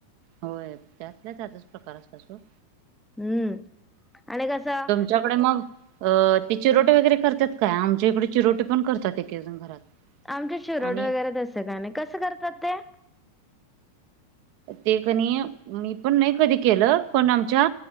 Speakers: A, on the right (about 45°); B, in the centre.
A: होय त्यातल्या त्यातच प्रकार असतात सोड.
B: हम्म आणि कसं
A: तुझ्याकडे मग अ ते चिरोटे वगैरे करत्यात काय आमच्या इकडे चिरोटे पण करत्यात एकेकजण घरात.
B: आमच्यात चिरोटे
A: आणि
B: वगैरे तसं काय नाही कसं करतात ते?
A: ते कणी मी पण नाही कधी केलं पण आमच्या